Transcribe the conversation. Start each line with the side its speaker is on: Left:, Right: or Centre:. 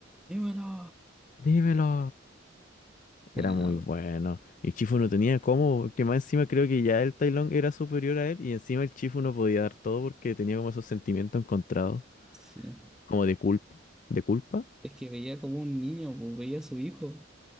Centre: Dímelo.
Left: dímelo.
Centre: Bueno,
Left: Era muy bueno. Y Chifu no tenía cómo, que más encima creo que ya el Tai Lung era superior a él y encima el Chifu no podía dar todo porque tenía como esos sentimientos encontrados,
Centre: sí.
Left: como de culpa. ¿De culpa?
Centre: Es que veía como un niño, pues veía a su hijo.